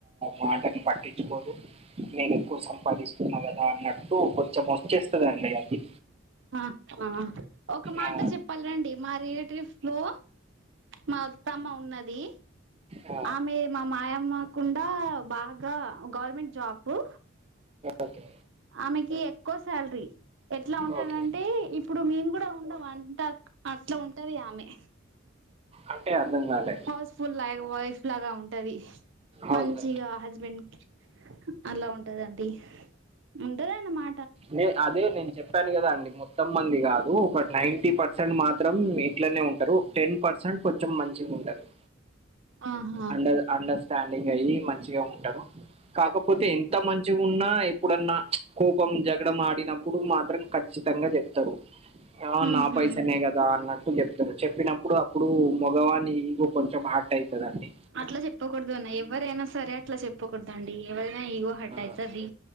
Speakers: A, on the right; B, on the right.
A: మాటని పట్టించుకోదు నేను ఎక్కువ సంపాదిస్తున్నా కదా అన్నట్టు కొంచెం వచ్చేస్తది అండి అది
B: ఆ ఆ ఒక మాట
A: ఆ,
B: చెప్పాలండి మా రిలేట్రిప్ లో మా అత్తమ్మ ఉన్నది
A: ఆ,
B: ఆమె మా మాయమ్మకుండా బాగా గవర్నమెంట్ జాబు
A: ఓకే
B: ఆమెకి ఎక్కువ శాలరీ ఎట్లా ఉంటది
A: ఓకే
B: అంటే ఇప్పుడు మేము కూడా ఉండం అంతా అట్ల ఉం ఉంటది ఆమే
A: అంటే అర్థం కాలే
B: హౌస్ ఫుల్ లా వైఫ్ లాగా ఉంటది
A: అవును
B: మంచిగా హస్బెండ్ కి అలా ఉంటదండి ఉంటదనమా
A: నే అదే నేను చెప్పాను కదా అండి మొ మొత్తం మంది కాదు ఒక నైన్టీ పర్సెంట్ మాత్రం ఇట్లనే ఉంటరు టెన్ పర్సెంట్ కొంచెం మంచిగ ఉండరు
B: ఆహా
A: అండర్ అండర్స్టాండింగ్ అయ్యి మంచిగ ఉంటరు కాకపోతే ఎంత మంచిగున్నా ఎప్పుడన్నా కోపం జగడం ఆడినప్పుడు మాత్రం ఖచ్ కచ్చితంగా చెప్తరు ఆ
B: ఉహు
A: నా పైసనే కదా అన్నట్టు జెప్తరు చెప్పినప్పుడు అప్పుడు మొగవాని ఈగో కొంచెం హాట్ అయతదండి
B: అట్ల చెప్పకూడదు అన్నా ఎవరైనా సరే అట్లా చెప్పకూడదు అండి ఎవరైనా ఈగో హర్ట్ అయితది
A: ఆ